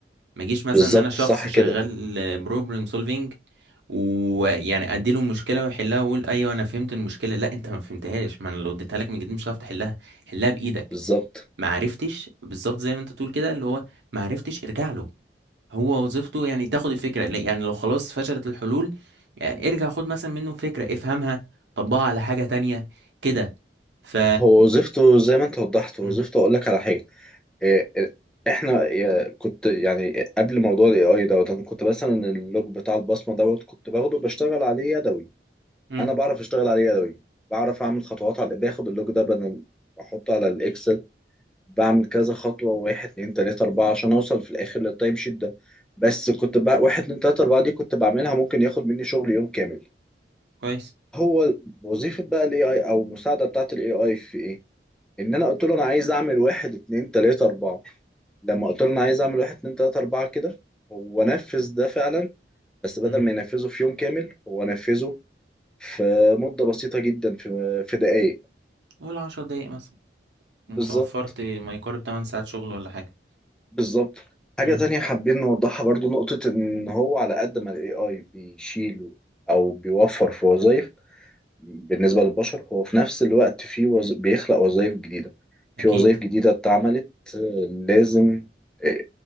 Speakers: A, on the right; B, in the centre.
A: ما جيش مثلا
B: بالظبط
A: ان انا شخص
B: صح
A: شغال
B: كده
A: بروبلم سولفينج ويعني اديله مشكله ويحلها واقول ايوه انا فهمت المشكله لا انت ما فهمتهاش ما انا لو اديتها لك من جديد مش هتعرف تحلها حلها بايدك
B: بالظبط
A: ما عرفتش بالظبط زي ما انت تقول كده اللي هو ما عرفتش ارجع له هو وظيفته يعني تاخد الفكرة لا- يعني لو خلاص فشلت الحلول يعني ارجع خد مثلا منه فكرة افهمها طبقها على حاجة تانية كده ف
B: هو وظيفته زي ما انت وضحت
A: مم.
B: هو وظيفته اقول لك على حاجة إيه، إيه، احنا يا- كنت يعني قبل موضوع الاي اي دوت انا كنت مثلا اللوج بتاع البصمة دوت كنت باخده بشتغل عليه يدوي
A: مم.
B: انا بعرف اشتغل عليه يدوي بعرف اعمل خطوات على باخد اللوج ده بدل احطه على الاكسل بعمل كذا خطوة واحد اتنين تلاتة أربعة عشان أوصل في الآخر للتايم شيت ده بس كنت بقى واحد اتنين تلاتة أربعة دي كنت بعملها ممكن ياخد مني شغل يوم كامل
A: كويس
B: هو وظيفة بقى ال AI أو المساعدة بتاعة ال AI في إيه؟ إن أنا قلت له أنا عايز أعمل واحد اتنين تلاتة أربعة لما قلت له أنا عايز أعمل واحد اتنين تلاتة أربعة كده هو نفذ ده فعلا بس بدل
A: مم.
B: ما ينفذه في يوم كامل هو نفذه في مدة بسيطة جدا في في دقايق
A: قول عشر دقايق مثلا
B: بالظبط
A: انت وفرت ما يقارب 8 ساعات شغل ولا حاجة
B: بالظبط حاجة
A: مم.
B: تانية حابين نوضحها برضو نقطة إن هو على قد ما ال AI بيشيل أو بيوفر في وظائف بالنسبة للبشر هو في نفس الوقت في وز... بيخلق وظائف جديدة في
A: اكيد
B: وظائف جديدة اتعملت آه، لازم آه،